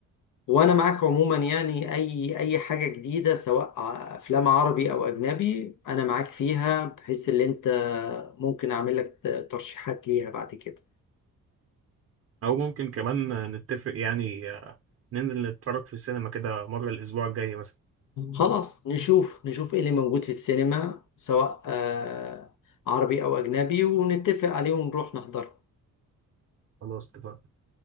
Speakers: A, on the left; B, on the right.
A: وانا معاك عموما يعني اي اي حاجه جديده سواء ع- افلام عربي او اجنبي انا معاك فيها بحيث ان انت ممكن اعمل لك ت- ترشيحات ليها بعد كده
B: او ممكن كمان نتفق يعني آه، ننزل نتفرج في السينما كده مره الاسبوع الجاي مثلا
A: خلاص نشوف نشوف ايه اللي موجود في السينما سواء آه، عربي او اجنبي ونتفق عليه ونروح نحضره
B: خلاص اتفقنا